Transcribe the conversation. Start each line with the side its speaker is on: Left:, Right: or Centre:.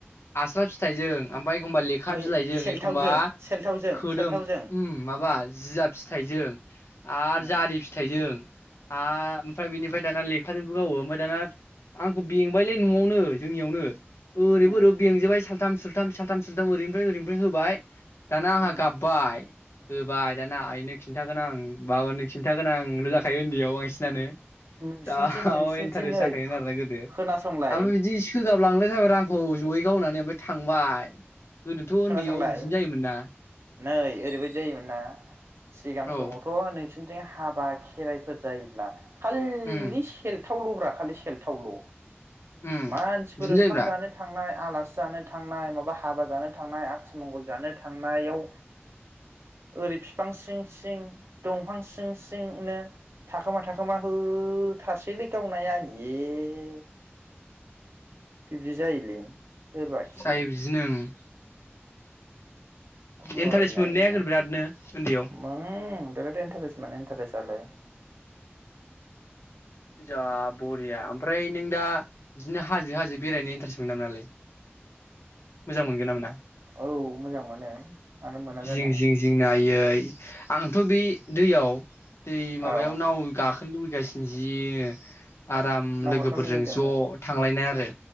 Left: आस्रा फिथाइजों ओमफाय, एखमबा लेखा
Right: बै
Left: बिलाइजों
Right: सेलथावजों
Left: एखमबा
Right: सेलथावजों
Left: खोदोम
Right: सेलथावजों
Left: माबा जिया फिथाइजों आरो
Right: उम
Left: जारि फिथाइजों, आ ओमफ्राय बेनिफ्राय दाना लेखाजोंबो गावो ओमफ्राय दाना आंखौ बेंबायलै न'आवनो जोंनियावनो, ओरैबो
Right: उम
Left: ओरैबो बेंजोबबाय सालथाम सुथ साथाम सानथाम सानथाम ओरैनि ओरनिफ्राय होबाय, दाना आंहा
Right: उम
Left: गाबाय होबाय दाना आइनो खिन्थागोन आं बाबानो खिन्थागोन आं जाखायो उन्दैयाव आं <unintelligible> जा
Right: नोंसिनिथिं नोंसिनिथिं
Left: इन्टारेस्ट
Right: नै
Left: जाबायमोन आरोना गोदो
Right: खोनासंलाय
Left: आमफाय बिदि सोगाब लांलायथारबाय रा आंखौ जयै गावनानै ओमफ्राय थांबाय। गोदोथ' उन्दैयाव
Right: खोनासंलाय
Left: बिदिनो जायोमोन ना?
Right: नै ओरैबायदि जायोमोन ना सिगां
Left: औ
Right: समावथ' नों नोंसिनथिं हाबा खेराइफोर जायोब्ला खाल्लि
Left: उम
Right: सेल थाव ल'ब्रा खालि सेलथावल'
Left: उम
Right: मानसिफोर
Left: बिदिनो
Right: ओंखाम
Left: जायोब्रा
Right: जानो थांनाय आलासि जानो थांनाय माबा हाबा जानो थांनाय आथिमंगल जानो थांनायाव ओरै बिफां सिं सिं दंफां सिं सिंनो थाखोमा थाखोमा होथार सिलै गावनाया ए बिब्दि जायोलै सोरबाखि।
Left: जायो बिदिनो ओं
Right: हयनायैनो
Left: इन्टारेस्ट मोननायागोन बिरादनो उन्दैयाव
Right: उम बिराद इन्टारेसमोन इन्टारेस आलाय।
Left: जा बरिया ओमफ्राय नों दा बिदिनो हाजो हाजो बेरायनो इन्टारेस्ट मोनो ना मोनालै मोजां मोनगोन ना मोन ना
Right: औ मोजां मोनो मानो मोना
Left: जिं
Right: जानो
Left: जिं जिं नो आयै आंथ' बे दैयाव दै माबायाव
Right: औ
Left: नाव गाखो <unintelligible> थांनो लुबैगासिनोसो जिनो आराम
Right: दावगाखां
Left: लोगोफोरजों
Right: लुबैदों
Left: ज'
Right: आङो
Left: थांलायनाय आरो।